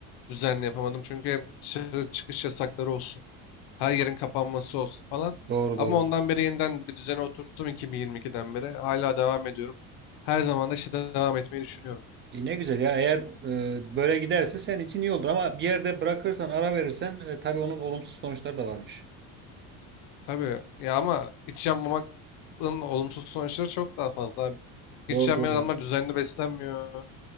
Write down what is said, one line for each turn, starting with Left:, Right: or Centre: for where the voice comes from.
Left: düzenli yapamadım. Çünkü hem dışarı çıkış yasakları olsun. Her yerin kapanması olsun falan.
Right: Doğru
Left: Ama
Right: doğru.
Left: ondan beri yeniden bir düzene oturttum 2022'den beri. Hala devam ediyorum. Her zaman da işte devam etmeyi düşünüyorum.
Right: E, ne güzel ya eğer e, böyle giderse senin için iyi olur ama bir yerde bırakırsan ara verirsen e, tabii onun olumsuz sonuçları da varmış.
Left: Tabii ya ama hiç yanmamanın olumsuz sonuçları çok daha fazla abi.
Right: Doğru
Left: Hiç yanmayan
Right: doğru.
Left: adamlar düzenli beslenmiyor.